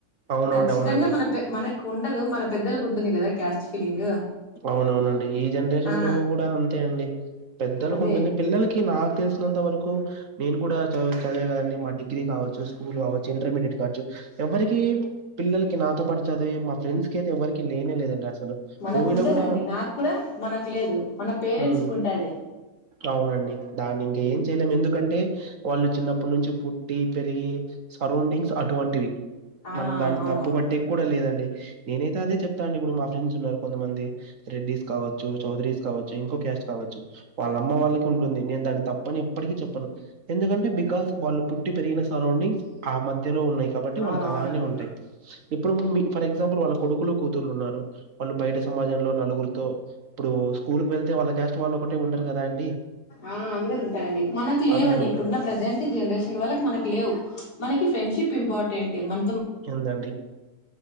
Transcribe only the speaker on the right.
అవునండి
అవునండి
అవునవునండి ఈ జనరేషన్
అంతే అండి పెద్ద
ఉంటుంది పిల్లలకి నాకు తెలిసినంత వరకు నేను కూడా చ చదివే కదండి మా డిగ్రీ కావచ్చు స్కూల్ కావచ్చు ఇంటర్మీడియట్ కావచ్చు ఎవరికి పిల్లలకి నాతో పాటు చదివ మా ఫ్రెండ్స్ కి అయితే ఎవరికి లేనే లేదండి అసలు
మూవీలో కూడా
ఉమ్
అవునండి దాన్ని ఇంక ఏం చేయలేము ఎందుకంటే వాళ్ళు చిన్నప్పటి నుంచి పుట్టి పెరిగి సరౌండింగ్స్ అటువంటివి
మనం దాన్ని
తప్పుబట్టటికు కూడా లేదండి నేనైతే అదే చెప్తా అడి ఇప్పుడు మా ఫ్రెండ్స్ ఉన్నారు కొంతమంది రెడ్డీస్ కావచ్చు చౌదరీస్ కావచ్చు ఇంకో క్యాష్ కావచ్చు వాళ్ళమ్మ వాళ్ళకి ఉంటుంది నేను దాని తప్పని ఎప్పటికి చెప్పను ఎందుకంటే బికాస్ వాళ్ళు పుట్టి పెరిగిన సరౌండింగ్స్ ఆ మధ్య మధ్యలో ఉన్నాయి కాబట్టి వాళ్ళకి
అలానే ఉంటాయి ఇప్పుడు ఫర్ ఎగ్జాంపుల్ వాళ్ళ కొడుకులు కూతురులు ఉన్నారు వాళ్ళు బయట సమాజంలో నలుగురితో ఇప్పుడు కుళ్ళి వెళ్తే వాళ్ళ చేష్ట వాళ్ళ ఒకే ఉంటారు కద అండి
అందరు ఉంటారు
ఎందండి